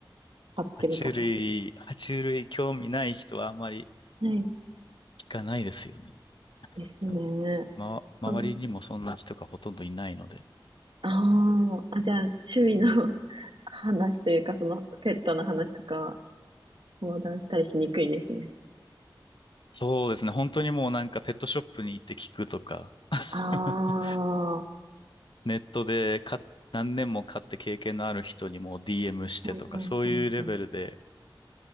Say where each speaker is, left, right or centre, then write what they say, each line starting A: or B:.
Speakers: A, on the right; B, on the left.
A: 買ってる方。
B: い。爬虫類、爬虫類興味ない人はあまり
A: はい。
B: 聞かないですよね。
A: ですね。
B: 多分。ま、周りにもそんな人がほとんどいないので。
A: うん、ああ、あ、じゃあ、趣味の <laughs> 話というか、その、ペットの話とかは、相談したりしにくいですね。
B: そうですね。本当にもうなんかペットショップに行って聞くとか、<laughs>
A: ああ、は
B: ネットで買っ何年も買って経験のある人にもう DM してとか、
A: いはいはいはい。
B: そういうレベルで